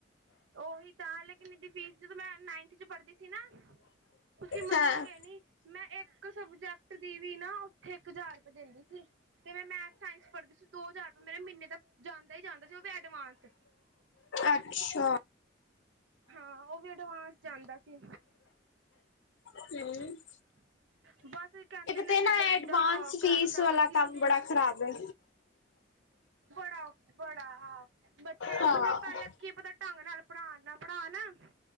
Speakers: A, on the right; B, on the left.
A: ਉਹੀ ਤਾਂ ਲੇਕਿਨ ਇਹਦੀ ਫੀਸ ਜਦੋ ਮੈ ਨਾਈਨਥ ਚ ਪੜ੍ਹਦੀ ਸੀ ਨਾ ਤੁਸੀ ਮੰਨੋਗੇ
B: ਹਾਂ,
A: ਨੀ ਮੈ ਇਕ ਸਬਜੈਕਟ ਦੀ ਵੀ ਨਾ ਉਥੇ ਇਕ ਹਜ਼ਾਰ ਰੁਪਏ ਦਿੰਦੀ ਸੀ। ਤੇ ਮੈ ਮੈਥ, ਸਾਇੰਸ ਪੜ੍ਹਦੀ ਸੀ ਦੋ ਹਜ਼ਾਰ ਰੁਪ ਮੇਰੇ ਮਹੀਨੇ ਦਾ ਜਾਂਦਾ ਹੀ ਜਾਂਦਾ ਸੀ ਉਹ ਵੀ ਐਡਵਾਂਸ।
B: ਅੱਛਾ।
A: ਹਾਂ ਉਹ ਵੀ ਅਡਵਾਂਸ ਜਾਂਦਾ ਸੀ।
B: ਹੂੰ,
A: ਹ <inaudible> ਬਸ ਇੱਕ ਕਹਿਦੇ ਨੇ
B: ਤੇ ਨਾ
A: ਜਿਦਾਂ-ਜਿਦਾਂ
B: ਐਡਵਾਂਸ
A: ਅਹ ਕਲਾਸਾਂ
B: ਫੀਸ ਵਾਲਾ
A: ਵੱਧਦੀਆਂ
B: ਕੰਮ
A: ਨੇ,
B: ਬੜਾ ਖ਼ਰਾਬ ਹੈ।
A: ਬੜਾ ਬੜਾ ਹਾਂ ਬੱਚੇ
B: ਹਾਂ,
A: ਪਹਿਲਾ ਕੀ ਪਤਾ ਢੰਗ ਨਾਲ ਪੜ੍ਹਾਉਣ ਨਾ ਪੜ੍ਹਾਉਣ।